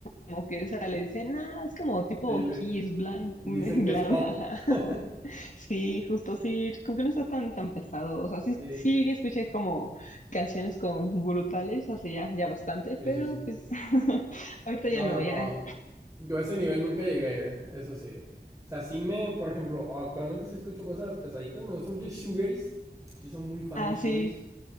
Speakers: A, on the left; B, on the right.
A: como que esa le dicen, ah, es como tipo
B: Sí, le-
A: Kiss, glam,
B: dicen
A: <laughs> glam,
B: que es pop.
A: ajá.
B: <laughs>
A: Sí, justo sí, como que no está tan, tan pesado, o sea, sí,
B: Sí,
A: sí escuché como canciones con brutales hace ya, ya bastante,
B: sí,
A: pero
B: sí, sí, sí,
A: pues
B: sí.
A: <laughs> ahorita ya
B: No,
A: no,
B: no,
A: ya,
B: yo a ese nivel nunca llegué, eso sí. O sea, sí me, por ejemplo, actualmente sí escucho cosas pesaditas, me gusta mucho el shoegaze, sí soy muy fan
A: ah,
B: del shoegaze.
A: sí,